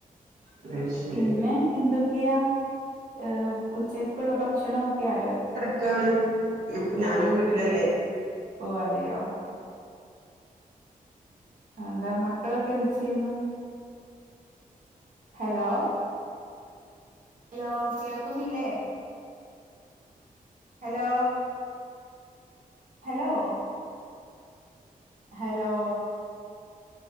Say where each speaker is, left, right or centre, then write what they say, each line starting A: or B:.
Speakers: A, on the right; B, on the right.
A: അത് ശരി
B: പിന്നെ എന്തൊക്കെയാ ഏർ ഉച്ചക്കുള്ള ഭക്ഷണൊക്കെ ആയോ
A: ഒക്കാണ് ഞാനും
B: ഓ
A: വീട്ടിലല്ലേ
B: ഓ അതെയോ എന്താ മക്കളൊക്കെ എന്ത് ചെയ്യുന്നു ഹലോ ഹലോ കേൾക്കുന്നല്ലേ ഹലോ ഹലോ ഹലോ